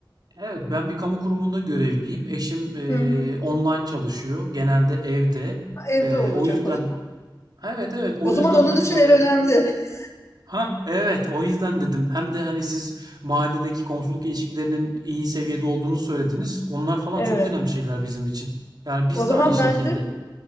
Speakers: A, on the right; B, on the left.
A: Evet, ben bir kamu kurumunda görevliyim. Eşim eee,
B: Hı hı.
A: online çalışıyor. Genelde evde.
B: Evde
A: Eee,
B: olacak
A: o yüzden
B: o zaman.
A: evet evet o
B: O
A: yüzden
B: zaman onun
A: hani
B: için
A: böyle
B: ev önemli. <laughs>
A: ha evet o yüzden dedim. Hem de hani siz mahalledeki komşuluk ilişkilerinin iyi seviyede olduğunu söylediniz. Onlar falan
B: Evet.
A: çok önemli şeyler bizim için. Yani biz
B: O zaman
A: de aynı şekilde.
B: bence